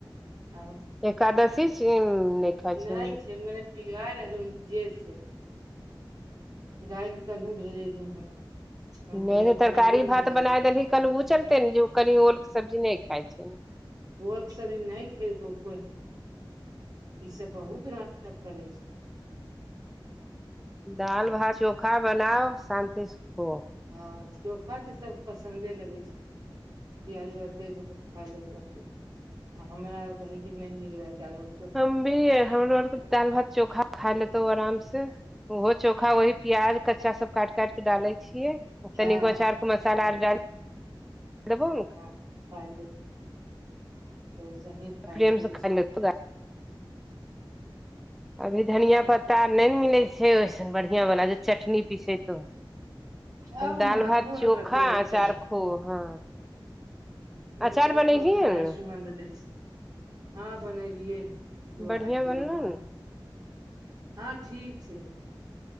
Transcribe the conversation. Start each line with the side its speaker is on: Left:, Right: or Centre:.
Right: आब हम
Centre: एकादशी सिंन नय खाइ
Right: नहि
Centre: छिहीन
Right: <unintelligible> <unintelligible> हम कहलियै
Centre: नै नै तरकारी
Right: बनेबे नहि
Centre: भात
Right: करबो
Centre: बनाय देलही कल ओ चलते ने जे कनि ओलके सब्जी नय खाइ छै
Right: <unintelligible> खेलियो ई सब बहुत नाटक करै छै
Centre: दाल भात चोखा बनाओ शान्ति सँ खोऽ
Right: हँ चोखा तऽ सब पसंन्दे लगै छै प्याज उ्याज दऽ केँ अपन त आ हमरा आर कहे नहि नीक रह <unintelligible>
Centre: हम भी। हमरो आर त दालि-भात, चोखा खा लेतौ आराम से ओहो चोखा वही प्याज कच्चा सब काट-काट के डालै छियै
Right: हँ
Centre: तनिगो अचार के मसाला
Right: हँ
Centre: आर डाल देबौ ने
Right: <unintelligible>
Centre: प्रेमसँ
Right: वैसे
Centre: खाइ लतो आई
Right: <inaudible>
Centre: अभी धनिया पत्ता नै मिलै छै ओइसन बढ़ियां बला जे चटनी पिसेतोउ
Right: आब
Centre: दाल-भात,
Right: महकबो
Centre: चोखा
Right: ने करतौ ओते
Centre: अचार खो, हँ
Right: मिलबो
Centre: अचार बनैलियै
Right: परतौ तऽ नै
Centre: ने
Right: सुगन्ध दै छै हँ बनेलियए है। दू अढ़ाई
Centre: बढ़िया
Right: किलो
Centre: बनलो
Right: क हमहु
Centre: ने
Right: हँ ठीक छै, ठीक